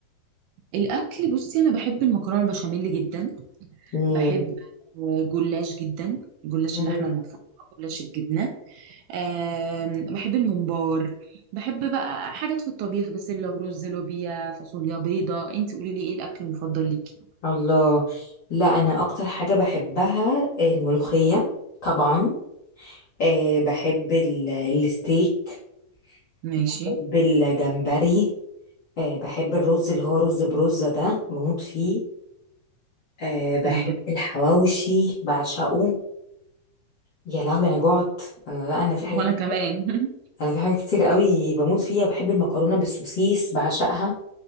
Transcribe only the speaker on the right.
الاكل بصي انا بحب المكرونه البشاميل جدا
بحب آه، جلاش جدا جلاش
اللحمه المفرومه جلاش الجبنه آم، بحب الممبار بحب بقى حاجات في الطبيخ بسله ورز لوبيا فاصوليا بيضه انت قولي لي ايه الاكل المفضل ليكي
ماشي
تمام
وانا كمان <laughs>